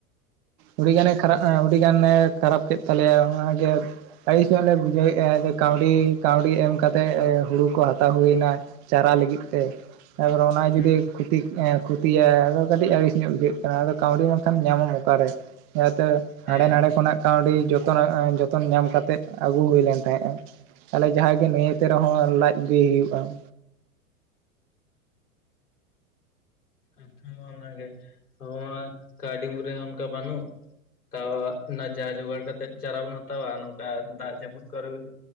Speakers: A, on the right; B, on the left.
A: ᱩᱰᱤ ᱜᱟᱱᱮ ᱠᱷᱟᱨᱟᱯ
B: ᱚᱱᱮ
A: ᱩᱰᱤ ᱜᱟᱱᱮ ᱠᱷᱟᱨᱟᱯ ᱠᱮᱫ ᱛᱟᱞᱮᱭᱟ ᱚᱱᱟᱜᱮ ᱟᱹᱲᱤᱥ ᱧᱚᱜ ᱞᱮ ᱵᱩᱡᱷᱟᱹᱣᱮᱫ-ᱟ ᱡᱮ ᱠᱟᱹᱣᱰᱤ ᱠᱟᱹᱣᱰᱤ ᱮᱢ ᱠᱟᱛᱮᱫ ᱦᱩᱲᱩ ᱠᱚ ᱦᱟᱛᱟᱣ ᱦᱩᱭᱮᱱᱟ ᱾ ᱪᱟᱨᱟ ᱞᱟᱹᱜᱤᱫ ᱛᱮ ᱛᱟᱯᱚᱨᱮ ᱚᱱᱟ
B: ᱦᱮᱸ
A: ᱡᱩᱫᱤ ᱠᱷᱩᱛᱤ ᱮᱸ ᱠᱷᱩᱛᱤᱭᱟᱭ ᱟᱫᱚ ᱠᱟᱹᱴᱤᱡ ᱟᱹᱲᱤᱥ ᱧᱚᱜ ᱵᱩᱡᱟᱹᱜ ᱠᱟᱱᱟ ᱟᱫᱚ ᱠᱟᱹᱣᱰᱤ ᱵᱟᱝᱠᱷᱟᱱ ᱧᱟᱢᱟᱢ ᱚᱠᱟᱨᱮ ᱟᱫᱚ
B: ᱦᱮᱸ
A: ᱦᱟᱸᱰᱮ ᱱᱟᱰᱮ ᱠᱷᱚᱱᱟᱜ ᱠᱟᱹᱣᱰᱤ ᱡᱚᱛᱚ ᱡᱚᱛᱚᱱ ᱧᱟᱢ ᱠᱟᱛᱮᱫ ᱟᱹᱜᱩ ᱦᱩᱭ ᱞᱮᱱ ᱛᱟᱦᱮᱸᱜᱼᱟ ᱾ ᱛᱟᱦᱞᱮ ᱡᱟᱦᱟᱭ ᱜᱮ ᱱᱤᱭᱟᱹᱛᱮ ᱨᱮᱦᱚᱸ ᱞᱟᱡ ᱵᱤ ᱦᱩᱭᱩᱜᱼᱟ ᱾
B: ᱟᱪᱪᱷᱟ ᱢᱟ ᱚᱱᱟᱜᱮ <unintelligible> ᱠᱟᱹᱣᱰᱤ ᱢᱤ ᱦᱚᱸ ᱚᱱᱠᱟ ᱵᱟᱹᱱᱩᱜ ᱾ ᱛᱚᱻ ᱚᱱᱟ ᱡᱟ ᱡᱚᱜᱟᱲ ᱠᱟ ᱼᱛᱮᱫ ᱪᱟᱨᱟ ᱵᱚᱱ ᱦᱟᱛᱟᱣᱟ ᱱᱚᱝᱠᱟ ᱫᱟᱜ ᱡᱟᱹᱯᱩᱫ ᱠᱚᱨᱮ